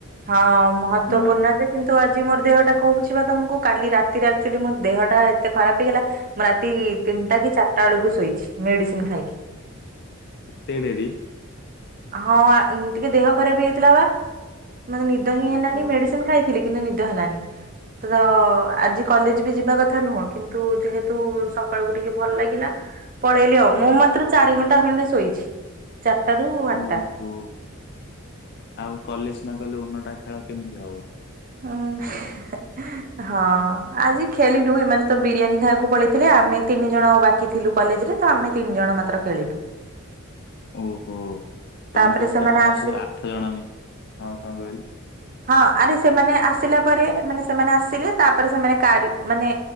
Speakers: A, on the right; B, on the left.
A: ହଁ ମହତ୍ଵପୂର୍ଣ୍ଣ
B: ନା
A: ଯେ କିନ୍ତୁ ଆଜି ମୋର ଦେହଟା କହୁଛି ବା ତମକୁ କାଲି ରାତିରେ ଆକ୍ଚୁଲି ମୋ ଦେହଟା ଏତେ ଖରାପ ହେଇଗଲା। ମୁଁ ରାତି ତିନିଟା କି ଚାରିଟା ବେଳକୁ ଶୋଇଛି ମେଡିସିନ ଖାଇକି।
B: ଏତେ ଦେଇ ଦେଇଛି।
A: ହଁ ଆଁ ଟିକେ ଦେହ ଖରାପ ହେଇଯାଇଥିଲା ବା ମୋତେ ନିଦ ହିଁ
B: ଓହୋ।
A: ହେଲାନି ମେଡିସିନ ଖାଇଥିଲି। କିନ୍ତୁ ନିଦ ହେଲାନି? ସେ ତ ଆଜି କଲେଜ ବି ଯିବା କଥା ନୁହଁ କିନ୍ତୁ ଯେହେତୁ ସକାଳକୁ ଟିକେ ଭଲ ଲାଗିଲା। ପଳେଇଲି ଆଉ
B: ହଁ
A: ମୁଁ ମାତ୍ର ଚାରି ଘଣ୍ଟା ଖଣ୍ଡେ ଶୋଇଛି ଚାରିଟା ରୁ ଆଠଟା।
B: ଓ ହୋ ଆଉ କଲେଜ ନ ଗଲେ ଓନଟା ଖେଳ କେମିତି ହବ?
A: ଉଁ ହେଁ ଏଁ। ହଁ ଆଜି ଖେଳିଲୁ ଏମାନେ ତ ବିରିୟାନୀ ଖାଇବାକୁ ପଳେଇଥିଲେ ଆମେ ତିନି ଜଣ ଆଉ ବାକି ସେଠିଁ ଥିଲୁ କଲେଜରେ ଆମେ ତିନି ଜଣ ମାତ୍ର ଖେଳିଲୁ।
B: ଓ ହୋ
A: ତାପରେ
B: ତନୁ କହୁଥୁଲେ
A: ସେମାନେ
B: କଣ ତମେ
A: ଆସି
B: ସବୁ ଆଠ ଜଣ ମିଶ ହଁ କଣ କଣ କହିଲୁ?
A: ହଁ ଆରେ ସେମାନେ ଆସିଲା ପରେ ମାନେ ସେମାନେ ଆସିଲେ ତାପରେ ସେମାନେ କାର ମାନେ